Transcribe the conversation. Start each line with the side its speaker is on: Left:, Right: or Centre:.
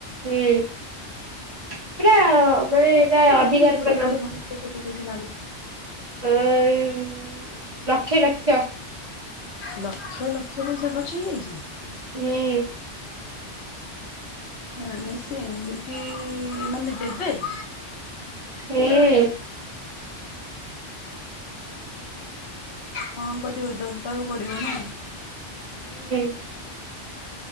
Right: ହୁଁ ପୁରା ମାନେ ଏଟା
Left: ଏ
Right: ଅଧିକାର
Left: ତଥାପି କେତେ
Right: ପୁରା ମାଗୁଚି।
Left: <unintelligible> ପଇସା ସେ ମାଗୁଥିବ।
Right: ଏଇ ଲକ୍ଷ ଲକ୍ଷ।
Left: ଲକ୍ଷ ଲକ୍ଷ ପଇସା ଖର୍ଚ୍ଚ ହେଇଯାଇଚି।
Right: ହୁଁ।
Left: ମାନେ ସେ ଏମିତି ମାନେ ଦେ <inaudible>
Right: ହୁଁ।
Left: କଣ କରିବ ଦବାକୁ ପଡିବ ନା।
Right: <unintelligible>